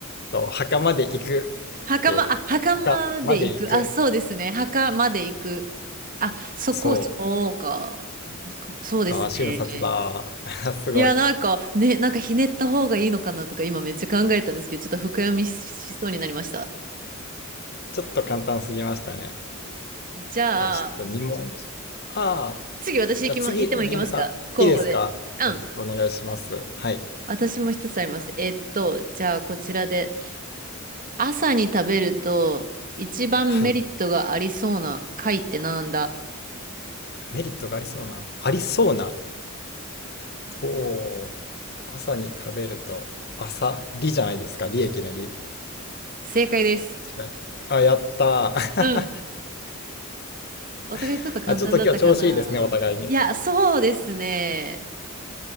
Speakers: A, on the left; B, on the right.
A: そう、墓まで行くって、
B: 袴、あ、袴で行く。
A: 墓まで行く。
B: あ、そうですね。袴で行く。あ、そこ、
A: そう。
B: そうか。お墓そうですね。
A: あー、瞬殺だ。<laughs> すごい。
B: いや、なんか、ね、なんかひねった方がいいのかなとか、今めっちゃ考えたんですけど、ちょっと深読みししそうになりました。
A: ちょっと簡単すぎましたね。
B: じゃあ、
A: じゃあちょっと2問。ああ、
B: 次私行きま、
A: じゃあ次、
B: 行っても行きますか交互で。
A: えみのりさん、いいですかじゃあちょっとお願いします。
B: うん。
A: はい。
B: 私も一つあります。えっと、じゃあこちらで。朝に食べると一番メリットがありそうな貝ってなんだ
A: はい。メリットがありそうな、ありそうな。ほう。朝に食べると、朝、利じゃないですか。利益の利ってい
B: 正解です。
A: う違うあ、やったー。
B: うん。お互いちょっと簡単だったかな。
A: <laughs> あ、ちょっと今日調子いいですね、お互いに。
B: いや、そうですね。